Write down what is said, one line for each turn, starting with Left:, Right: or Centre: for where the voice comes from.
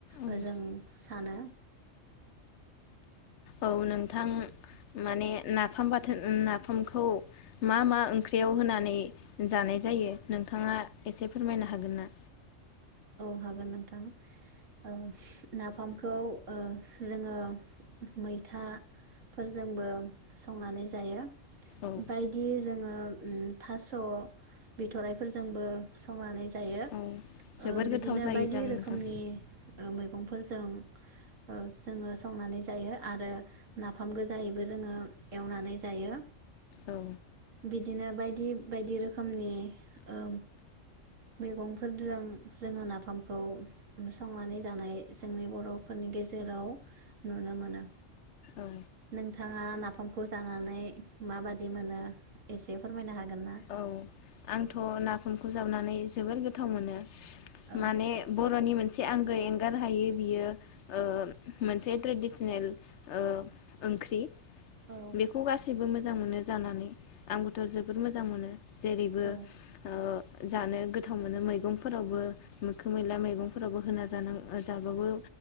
Left: औ
Right: ओ जों सानो
Left: औ नोंथां माने नाफाम बाथोन नाफामखौ मा मा ओंख्रियाव होनानै जानाय जायो नोंथाङा एसे फोरमायनो हागोन ना?
Right: औ हागोन नोंथां ओ नाफामखौ ओ जोङो मैथाफोरजोंबो संनानै जायो
Left: औ
Right: बायदि जोङो अम थास'बिथराइफोरजोंबो संनानै जायो
Left: औ जोबोर
Right: ओ बिदिनो
Left: गोथाव जायो
Right: बायदि
Left: जां
Right: रोखोमनि
Left: नोंथां
Right: ओ मैगंफोरजों ओ जोङो संनानै जायो आरो नाफाम गोजायैबो जोङो एवनानै जायो
Left: औ
Right: बिदिनो बायदि-बायदि रोखोमनि ओ मैगंफोदजों जोङो नाफामखौ संनानै जानाय जोंनि बर'फोरनि गेजेराव नुनो मोनो
Left: औ
Right: नोंथाङा नाफामखौ जानानै माबादि मोनो एसे फोरमायनो हागोन ना?
Left: औ आंथ'नाफामखौ जावनानै जोबोर गोथाव मोनो
Right: औ
Left: माने बर'नि मोन एसे आंगो एंगार हायो बियो ओ मोनसे ट्रेडिसनेल ओ ओंख्रि
Right: औ औ
Left: बेखौ गासैबो मोजां मोनो जानानै आंबोथ' जबोर मोज मोजां मोनो जेरैबो
Right: औ
Left: ओ जानो गोथाव मोनो मैगंफोरावबो मोखोम मैला मैगंफोरावबो होना जानो जाबाबो